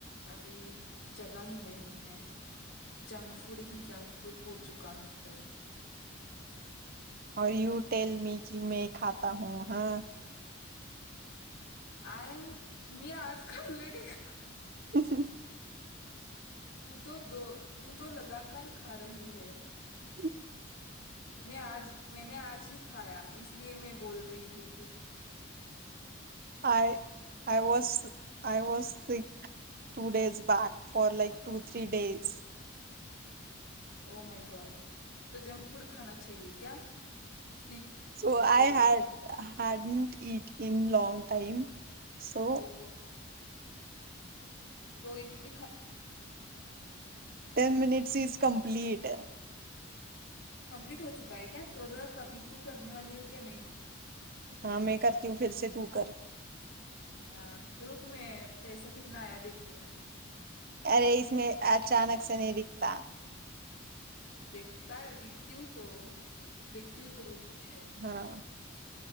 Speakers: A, on the left; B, on the right.
A: अभी जगा ही नही है जंक फूड ह जंक फूड हो चुका है इधर.
B: औ युटेल मेगी मे खाता हू हा
A: आय मी आज खाल्ले काय?
B: हम् हम्...
A: तू तो लगातार खा रही है.
B: ह
A: म आज मैने आज ही खाया इसलिये मै बोल रहीथी.
B: I I was. I was स two days back for like two three days.
A: Oh my god त जंक फूड खाना चाहिये क्या? सीख
B: सो
A: है
B: आय हॅ
A: तो
B: हॅ it in long time so..
A: तो तो इतली ख..
B: ten minutes is complete. <inaudible>
A: Complete हो चुका है क्या. <inaudible> कभी तू करने वाली है क्या नही?
B: हा मे करती हू फिरसे तू कर.
A: हा रुक मे पैसा कितना आया देखती हु.
B: अरे इसमे अचानक से नही दिखता.
A: काय दिकती हू तू. दीकती हू रुक ठिके
B: हाँ